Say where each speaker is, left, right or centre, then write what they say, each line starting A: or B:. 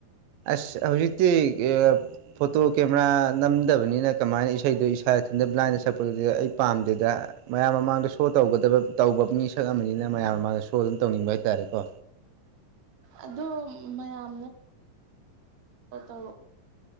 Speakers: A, on the right (about 85°); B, on the right (about 60°).
A: ꯑꯁ ꯍꯧꯖꯤꯛꯇꯤ ꯑ ꯐꯣꯇꯣ ꯀꯦꯃꯦꯔꯥ ꯅꯝꯗꯕꯅꯤꯅ ꯀꯃꯥꯏꯅ ꯏꯁꯩꯗꯣ ꯏꯁꯥ ꯏꯊꯟꯇ ꯕ꯭ꯂꯥꯏꯟꯗ ꯁꯛꯄꯗꯨꯗꯤ ꯑꯩ ꯄꯥꯝꯗꯦꯗ ꯃꯌꯥꯝ ꯃꯃꯥꯡꯗ ꯁꯣ ꯇꯧꯒꯗꯕ ꯇꯧꯕ ꯃꯤꯁꯛ ꯑꯝꯅꯤꯅ ꯃꯌꯥꯝ ꯃꯃꯥꯡꯗ ꯁꯣ ꯑꯗꯨꯝ ꯇꯧꯅꯤꯡꯕ ꯍꯥꯏꯇꯥꯔꯦꯀꯣ
B: ꯑꯗꯣ ꯃꯌꯥꯝ ꯅꯠ <inaudible> ꯇ ꯇꯧꯔꯛ